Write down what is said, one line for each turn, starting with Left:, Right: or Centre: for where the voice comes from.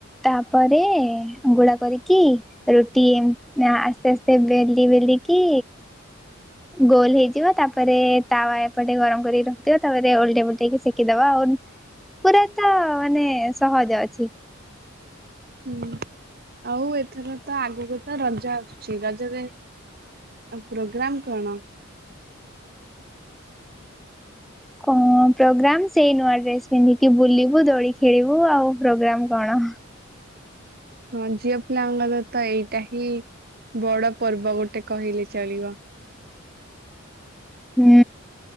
Centre: ତାପରେ ଗୁଳା କରିକି, ରୁଟି ଆସ୍ତେ ଆସ୍ତେ ବେଲି ବେଲି କି, ଗୋଲ ହେଇଯିବ ତାପରେ ତାୱା ଏପଟେ ଗରମ କରି ରଖିଥିଵ ତାପରେ ଓଲଟେଇ ପଲଟେଇକି ସେକିଦବା ଆଉ। ପୁରା ତ ମାନେ ସହଜ ଅଛି।
Right: ହୁଁ ଆଉ ଏଥର ତ ଆଗକୁ ତ ରଜ ଆସୁଛି ରଜରେ ପ୍ରୋଗ୍ରାମ କଣ?
Centre: କଣ ପ୍ରୋଗ୍ରାମ ସେଇ ନୂଆ ଡ୍ରେସ ପିନ୍ଧିକି ବୁଲିବୁ, ଦୋଳି ଖେଳିବୁ ଆଉ ପ୍ରୋଗ୍ରାମ କଣ।
Right: ହଁ ଝିଅ ପିଲାଙ୍କର ତ ଏଇଟା ହିଁ ବଡ ପର୍ବ ଗୋଟେ କହିଲେ ଚଳିବ।
Centre: ହୁଁ।